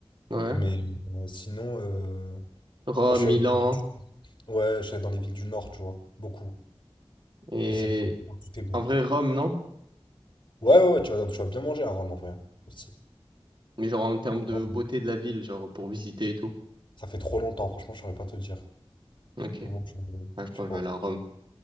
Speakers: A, on the right (about 55°); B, on the left (about 60°).
A: Ouais.
B: Mais euh, sinon, euh,
A: Rome,
B: moi, je suis
A: Milan,
B: allé dans les villes du... ouais, je suis allé dans les villes du nord, tu vois, beaucoup.
A: et...
B: Et c'est bon, tout est bon.
A: En vrai, Rome, non?
B: Ouais, ouais, ouais, tu vas, tu vas bien manger à Rome en vrai. hein, Aussi.
A: Mais genre en termes de
B: Vraiment.
A: beauté de la ville, genre pour visiter et tout.
B: Ça fait trop longtemps, franchement, je saurais pas te dire.
A: Ok.
B: Vraiment, je,
A: Ah, je
B: je
A: pense
B: sais
A: que
B: pas.
A: je vais aller à Rome.